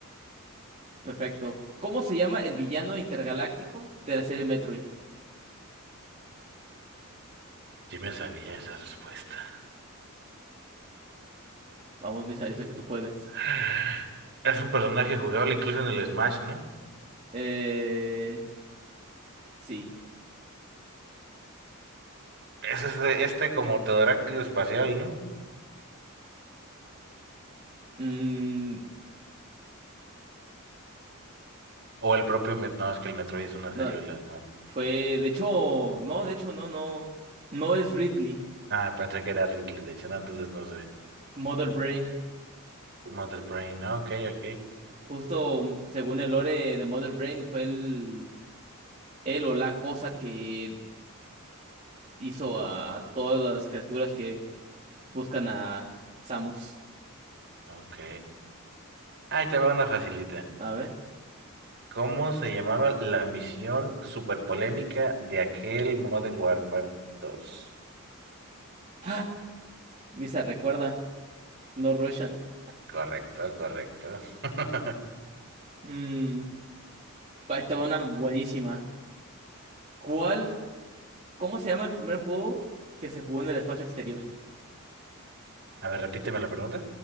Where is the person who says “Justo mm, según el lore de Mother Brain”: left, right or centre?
Right